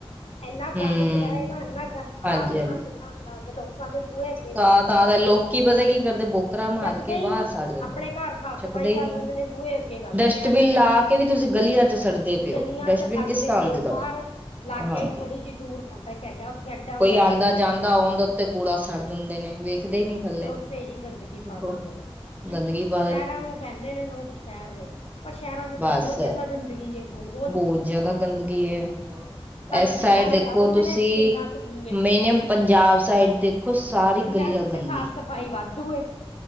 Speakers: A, on the left; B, on the right.
A: ਇੰਨਾ
B: ਹਮ
A: ਗੰਦ ਪਿਆ ਐ ਨਾ ਇੰਨਾ ਗੰਦ ਥਾਂ-ਥਾਂ
B: ਹਾਂਜੀ
A: ਤੇ ਥਾਂ-ਥਾਂ ਤੇ ਲੋਕਾਂ ਦੇ ਬੂਹੇ ਅੱਗੇ ਗੰਦ
B: ਥਾਂ-ਥਾਂ
A: ਪਿਆ
B: ਤੇ
A: ਹੈ
B: ਲੋਕੀ ਪਤਾ ਕੀ ਕਰਦੇ ਬਹੁ ਬੋਕਰਾਂ ਮਾਰ
A: ਚੱਕਦੇ
B: ਕੇ
A: ਹੀ
B: ਬਾਹਰ
A: ਨੀ
B: ਸੱਡ ਦਿੰਦੇ
A: ਆਪਣੇ
B: ਆ
A: ਘਰ ਸਾਫ਼
B: ਚੁੱਕਦੇ
A: ਸਫ਼ਾਈ ਕਰ
B: ਨਹੀਂ।
A: ਲੈਂਦੇ ਨੇ ਬੂਹੇ ਅੱਗੇ ਗੰਦ
B: ਡਸਟਬਿਨ
A: ਪਿਆ ਰਹਿੰਦਾ
B: ਲਾ
A: ਹੈ।
B: ਕੇ ਕੇ ਵੀ ਤੁਸੀਂ ਗਲੀਆਂ 'ਚ ਸਿਡਦੇ ਪਏ
A: ਗਲੀਆਂ
B: ਉ, ਡਸਟਬਿਨ
A: ਚ ਸੱਟ
B: ਕਿਸ
A: ਦਿੰਦੇ
B: ਕੰਮ ਦੇ
A: ਹੋ
B: ਤੁਹਾਡੇ।
A: ਬਾਹਰ ਲਾਗੇ
B: ਹਾਂਜੀ
A: ਹੀ ਥੋੜ੍ਹੀ ਜਿਹੀ ਦੂਰ ਪਾਰਕ ਹੈਗਾ ਉੱਥੇ ਐਡਾ
B: ਕੋਈ
A: ਵੱਡਾ ਡਸਟਬਿਨ
B: ਆਉਂਦਾ ਜਾਂਦਾ
A: ਪਿਆ
B: ਉਹਦੇ ਉੱਤੇ ਕੂੜਾ ਸਿਡ ਦਿੰਦੇ ਨੇ, ਵੇਖਦੇ ਹੀ ਨੀ। ਥੱਲੇ
A: ਫਿਰ ਉੱਥੇ ਹੀ ਗੰਦਗੀ
B: ਦੇਖੋ
A: ਪਾ ਦਿੰਦੇ ਨੇ।
B: ਗੰਦਗੀ ਬਹੁ
A: ਸ਼ਹਿਰਾਂ ਨੂੰ ਕਹਿੰਦੇ ਨੇ ਲੋਕ ਸ਼ਹਿਰ ਨੇ, ਪਰ ਸ਼ਹਿਰਾਂ 'ਚ
B: ਬਸ
A: ਤਾਂ ਬਹੁਤ ਜ਼ਿਆਦਾ ਗੰਦਗੀ ਐ ਬਹੁ
B: ਬਹੁਤ ਜ਼ਿਆਦਾ ਗੰਦਗੀ ਹੈ।
A: ਸਾਡੇ
B: ਇਸ
A: ਪਿੰਡਾਂ
B: ਸਾਈਡ
A: ਨੂੰ
B: ਦੇਖੋ
A: ਕਹਿ ਦਿੰਦੇ
B: ਤੁਸੀਂ
A: ਨੇ ਪਿੰਡਾਂ ਚ ਕੀ ਏ
B: ਮਿਨਅਮ ਪੰਜਾਬ ਸਾਈਡ ਦੇਖੋ ਸਾਰੀ
A: ਪਿੰਡਾਂ
B: ਗਲੀਆਂ
A: ਚ
B: ਗੰਦੀ
A: ਤੇ ਸਾਫ਼ ਸਫ਼ਾਈ ਵਾਧੂਏ